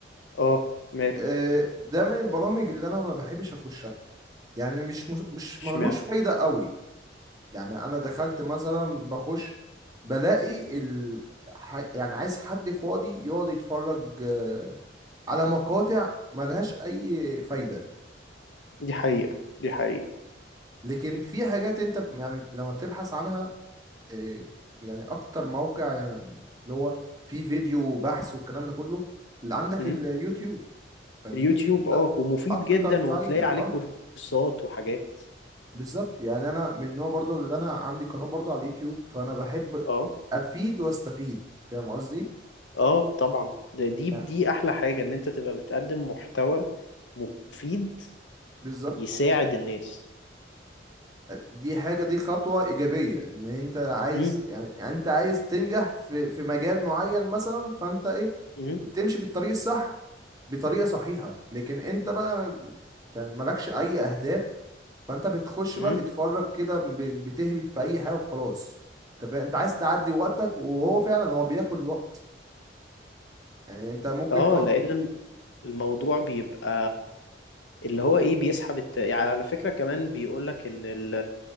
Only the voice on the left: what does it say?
آه، ماله
اشمعنى
دي حقيقة دي حقيقة
مم.
اليوتيوب
اه ومفيد
جدا
وتلاقي عليه
كورسات وحاجات
اه
اه طبعا ده دي دي
أحلى حاجة إن أنت تبقى بتقدم محتوى مفيد
يساعد الناس
مم.
مم.
مم.
اه
لان الم- الموضوع بيبقى اللي هو ايه بيسحب الت... يعني على فكرة كمان بيقولك ان ال...